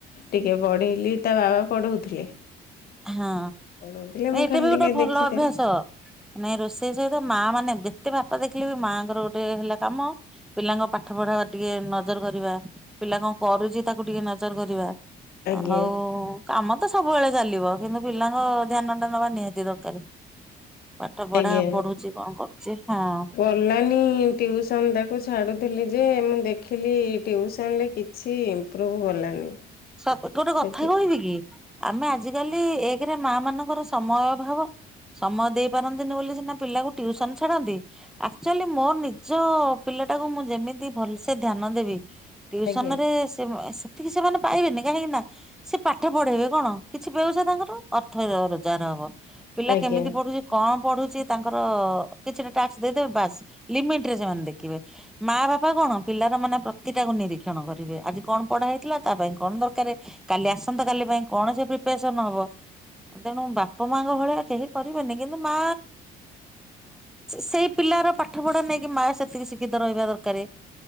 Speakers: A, on the left; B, in the centre.
A: ଟିକେ ବଢେଇଲିି ତା ବାବା ପଢଉଥିଲେ।
B: ହଁ
A: ପଢଉଥିଲେ ମୁଁ
B: ଏତେ
A: ଖାଲି
B: ବି ଗୋଟେ
A: ଟିକେ
B: ଭଲ
A: ଦେଖିଦେଲି
B: ଅଭ୍ୟାସ। ନାଇଁ ରୋଷେଇ ସହିତ ମା ମାନେ ଯେତେ ବାପା ଦେଖିଲେ ବି ମାଆଙ୍କର ଗୋଟେ ହେଲା କାମ ପିଲାଙ୍କ ପାଠ ପଢା ବା ଟିକେ ନଜର କରିବା ପିଲା କଣ କରୁଛି ତାକୁ ଟିକେ ନଜର କରିବା।
A: ଆଜ୍ଞା
B: ଆଉ କାମ ତ ସବୁବେଳେ ଚାଲିବ କିନ୍ତୁ ପିଲାଙ୍କ ଧ୍ୟାନ ଟା ନବା ନିହାତି ଦରକାର। ପାଠ ପଢା
A: ଆଜ୍ଞା
B: ପଢୁଛି କଣ କରୁଛି ହଁ।
A: କଲାନି ଟ୍ୟୁସନ ତାକୁ ଛାଡ଼ୁଥିଲି ଯେ ମୁଁ ଦେଖିଲି ଟ୍ୟୁସନରେ କିଛି ପ୍ରୁଭ୍ ଗଲାନି।
B: ସବୁଠୁ ଗୋଟେ କଥା
A: ସେଥି
B: କହିବି କି? ଆମେ ଆଜିକାଲି ଏକରେ ମା ମାନଙ୍କର ସମୟ ଅଭାବ। ସମୟ ଦେଇ ପାରନ୍ତିନି ବୋଲି ସିନା ପିଲାକୁ ଟିଇସନ ଛାଡନ୍ତି। ଆକ୍ଚୁଆଲି ମୋର ନିଜ ପିଲା ଟାକୁ ମୁଁ ଯେମିତି ଭଲସେ ଧ୍ୟାନ ଦେବି। ଟିଉସନ
A: ଆଜ୍ଞା
B: ରେ ସେ ସେତିକି ସେମାନେ ପାଇବେନି କାହିଁକି ନା ସେ ପାଠ ପଢେଇବେ କଣ କିଛି ବ୍ୟବସାୟ ତାଙ୍କର ଅର୍ଥ ରୋଜଗାର ହବ। ପିଲା
A: ଆଜ୍ଞା
B: କେମିତି ପଢୁଛି କଣ ପଢୁଛି ତାଙ୍କର କିଛିଟା ଟ୍ୟାକ୍ସ ଦେଇଦେବେ ବାସ୍ ଲିମିଟରେ ସେମାନେ ଦେଖିବେ। ମା ବାପା କଣ ପିଲାର ମାନେ ପ୍ରତିଟା କି ନିରୀକ୍ଷଣ କରିବେ ଆଜି କଣ ପଢା ହେଇଥିଲା? ତା ପାଇଁ କଣ ଦରକାର କାଲି ଆସନ୍ତା କାଲି ପାଇଁ କଣ ସେ ପ୍ରିପାରେସନ ହବ। ତେଣୁ ବାପା ମାଙ୍କ ଭଳିଆ କେହି କରିବେନି କିନ୍ତୁ ମା ସେଇ ପିଲାର ପାଠ ପଢା ନେଇକି ମା ସେତିକି ଶିକ୍ଷିତ ରହିବା ଦରକାର।